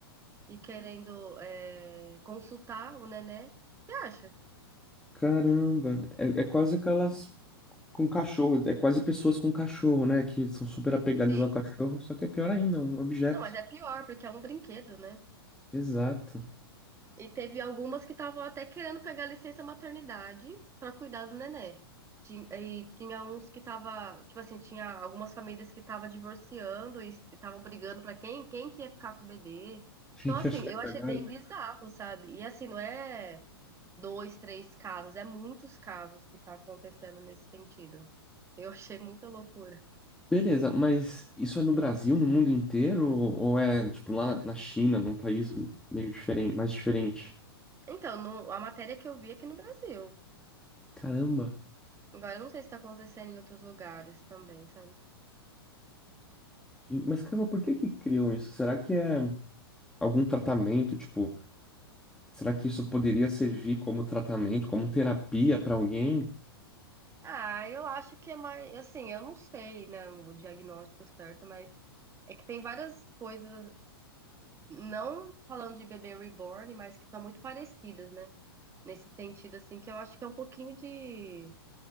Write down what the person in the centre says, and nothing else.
caramba. É, é quase aquelas com cachorro, é quase pessoas com cachorro, né? Que são super apegadas
ao cachorro, só que é pior ainda, um objeto.
Exato.
A
gente
achou
que
agora.
Beleza, mas isso é no Brasil, no mundo inteiro? Ou ou é, tipo, lá na China, num país meio diferente, mais diferente?
Caramba!
Tem- Mas, caramba, por que que criam isso? Será que é algum tratamento, tipo, será que isso poderia servir como tratamento, como terapia pra alguém?